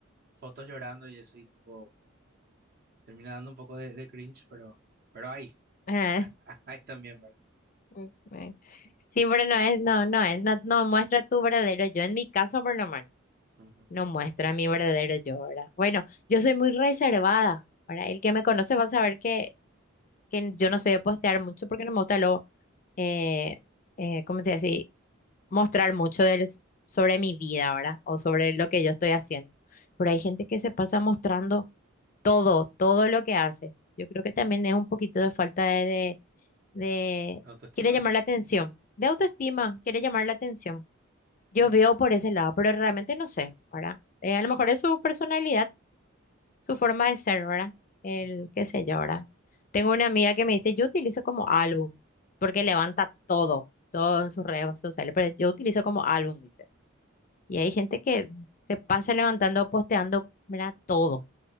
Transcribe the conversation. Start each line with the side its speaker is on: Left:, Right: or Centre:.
Right: fotos llorando y eso y tipo... Termina dando un poco de, de cringe, pero, pero hay,
Left: Eh,
Right: <laughs> hay también, ¿verdad?
Left: mm, eh. Sí, pero no es, no, no es, no, no muestra tu verdadero yo. En mi caso, por lo menos,
Right: Ujú,
Left: no muestra mi verdadero yo, ¿verdad? Bueno, yo soy muy reservada. Ahora, el que me conoce va a saber que que yo no sé postear mucho porque no me gusta lo, eh, eh, ¿cómo se dice así? Mostrar mucho del- sobre mi vida, ¿verdad? O sobre
Right: ujú,
Left: lo que yo estoy haciendo. Pero hay gente que se pasa mostrando todo, todo lo que hace. Yo creo que también es un poquito de falta de, de, de-
Right: Autoestima.
Left: quiere llamar la atención, de autoestima, quiere llamar la atención. Yo
Right: ujú,
Left: veo por ese lado, pero realmente no sé, ¿verdad? Eh, a lo mejor es su personalidad su forma de ser, ¿verdad? El
Right: ujú.
Left: qué sé yo, ¿verdad? Tengo una amiga que me dice, yo utilizo como álbum, porque levanta todo, todo en sus redes sociales, pero yo utilizo como álbum, dice. Y hay gente que se pasa levantando, posteando, mira, todo,